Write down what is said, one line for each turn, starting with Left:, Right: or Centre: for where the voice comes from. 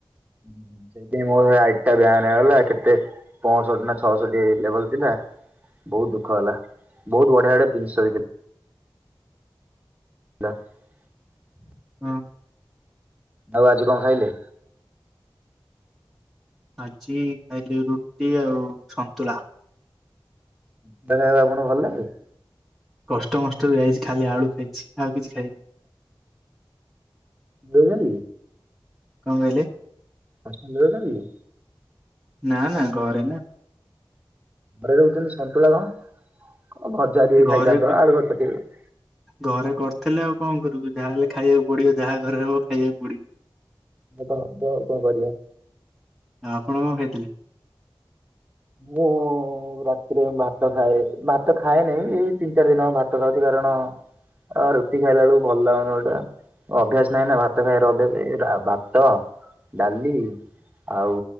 Right: ଁ ସେଇଥିାଇଁ ମୋର ସେ ଆଇଡ଼ିଟା ବ୍ୟାନ୍ ହେଇଗଲା କେତେ ପଞ୍ଚଷଠିନା ଛଅଷଟିଏ ଲେବଲ୍ ଥିଲା ବହୁତ୍ ଦୁଃଖ ହେଲା ବହୁତ୍ ବଢିଆ ବଢିଆ ଜିନିଷ ହେଥି <inaudible>
Centre: ହଁ।
Right: ଆଉ ଆଜି କଁ ଖାଇଲେ?
Centre: ଆଜି ଖାଇଲି ରୁଟି ଆଉ ସନ୍ତୁଳା।
Right: <unintelligible> ଆପଣ ଭଲ ଲାଗେ?
Centre: କଷ୍ଟମଷ୍ଟରେ ଯାଇଛି ଖାଲି ଆଳୁ ଖାଇଛି ଆଉ କିଛି ଖାଇନି।
Right: ରହୁଚନ୍ତି।
Centre: କଣ କହିଲେ?
Right: ହଷ୍ଟେଲ୍ ରେ ରହୁଛନ୍ତି।
Centre: ନାଁ ନାଁ ଘରେ ନାଁ।
Right: ଘରେ ରହୁଚନ୍ତି ସନ୍ତୁଳା କଣ ଭଜା ଟିକେ
Centre: ଘରେ
Right: ଖାଇଥାନ୍ତ
Centre: କୁ
Right: ଆଳୁ ଭାର୍ତ୍ତା ଟିକେ
Centre: ଘରେ କରିଥେଲେ ଆଉ କଣ କରିବୁ ଯାହା ହେଲେ ଖାଇବାକୁ ପଡିବ ଯାହା ଘରେ ହବ ଖାଇବାକୁ ପଡିବ।
Right: <unintelligible> ଆଉ କଣ କରିବା?
Centre: ଆ ଆପଣ କଣ ଖାଇଥିଲେ?
Right: ମୁଁ ମୁଁ ରାତିରେ ଭାତ ଖାଏ ଭାତ ଖାଏ ନେଇ ଏଇ ତିନି ଚାରି ଦିନ ହବ ଭାତ ଖାଉଚି କାରଣ ଅ ରୁଟି ଖାଇଲା ବେଳକୁ ଭଲ ଲାଗୁନି ଗୋଟେ। ଅଭ୍ୟାସ ନାହିଁ ନାଁ ଭାତ ଖାଇଆର ଅଭ୍ୟାସ ଏଇରା ଭାତ ଡାଲି ଆଉ